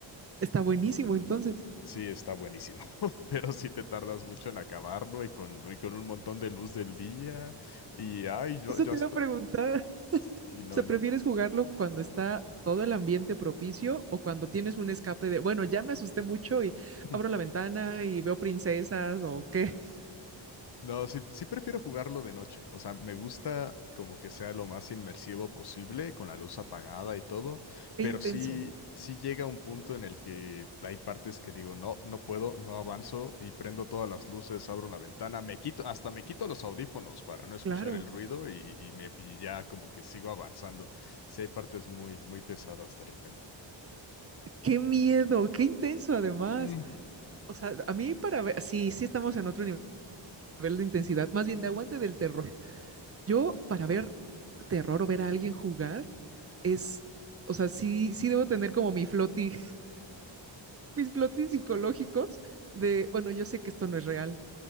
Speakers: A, on the right; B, on the left.
A: Está buenísimo, entonces.
B: Sí, está buenísimo, <laughs> pero sí te tardas mucho en acabarlo y con, y con un montón de luz del día. Y ay, yo,
A: Eso
B: yo
A: te
B: hasta.
A: iba a preguntar.
B: Sí,
A: O
B: no,
A: sea, ¿prefieres
B: no.
A: jugarlo cuando está todo el ambiente propicio o cuando tienes un escape de, bueno, ya me asusté mucho y
B: <laughs>
A: abro la ventana y veo princesas o qué? <laughs>
B: No, sí, sí prefiero jugarlo de noche. O sea, me gusta como que sea lo más inmersivo posible, con la luz apagada y todo,
A: Qué
B: pero
A: intenso.
B: sí, sí llega un punto en el que hay partes que digo, no, no puedo, no avanzo y prendo todas las luces, abro la ventana, me quito, hasta me quito los audífonos para no escuchar
A: Claro.
B: el ruido y, y me, y ya como que sigo avanzando. Sí hay partes muy, muy pesadas de repente.
A: Qué miedo, qué intenso además.
B: Mm.
A: O sea, a mí para ver, sí, sí estamos en otro nive- nivel de intensidad, más bien de aguante del terror. Yo para ver terror o ver a alguien jugar es, o sea, sí, sí debo tener como mi floti mis flotis psicológicos de, bueno, yo sé que esto no es real,